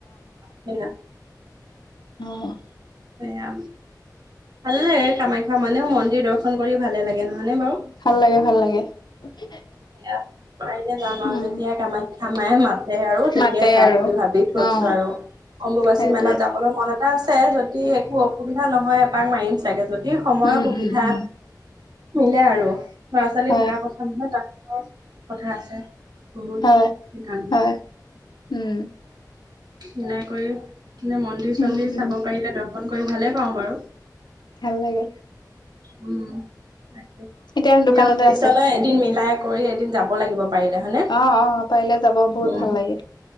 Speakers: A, on the right; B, on the left.
A: সেয়া
B: অহ',
A: সেয়া ভাল লাগে কামাখ্যা মানেও মন্দিৰ দৰ্শন কৰি ভালে লাগে ন হয়নে বাৰু?
B: ভাল লাগে <inaudible>
A: <inaudible> পাৰিলে যাম আৰু
B: উম,
A: যেতিয়াই কামাখ্যা মাই মাতে আৰু তেতিয়াই
B: মাতে
A: যাম
B: আৰু
A: বুলি ভাবি থৈছো
B: অ'।
A: আৰু অম্বুবাচী
B: সেইটোৱে
A: মেলাত যাবলৈ মন এটা আছে যদি একো অসুবিধা নহয় এপাক মাৰিম চাগে যদি ই সময়ৰ
B: উম,
A: সুবিধা
B: উম, উম,
A: মিলে আৰু। ল'ৰা- ছোৱালীৰ
B: হয়,
A: ভাড়া কষ্ট নহয় তাত। <inaudible> কথা আছে বহুত
B: হয়,
A: সেইকাৰণে
B: হয়। উম
A: মিলাই কৰি নে মন্দিৰ-
B: উম,
A: চন্দিৰ
B: উম,
A: চাব পাৰিলে দৰ শন কৰি ভালে পাওঁ বাৰু।
B: ভাল লাগে
A: উম তাকে
B: এতিয়া দোকানতে
A: দিয়ক পিছলৈ
B: আছে।
A: এদিন মিলাই কৰি এদিন যাব লাগিব পাৰিলে হয়নে?
B: অ-অ- পাৰিলে যাব বহুত
A: উম
B: ভাল লাগে।